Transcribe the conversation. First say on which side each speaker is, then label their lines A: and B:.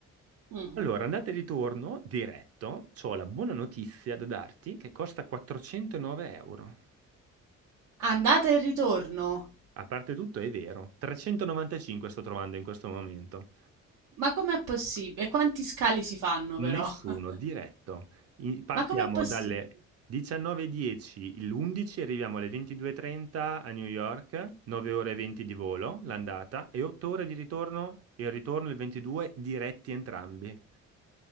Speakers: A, on the right; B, on the right.
A: Mhm.
B: Allora, andata e ritorno diretto, ho la buona notizia da darti che costa 409 euro.
A: Andata e ritorno.
B: A parte tutto, è vero, 395 sto trovando in questo momento.
A: Ma com'è possibile? Quanti scali si fanno
B: Nessuno
A: però? <laughs>
B: diretto. I- Partiamo
A: Ma com'è possibile?
B: dalle 19.10 l'11, arriviamo alle 22.30 a New York, 9 ore e 20 di volo l'andata e 8 ore di ritorno, il ritorno il 22 diretti entrambi.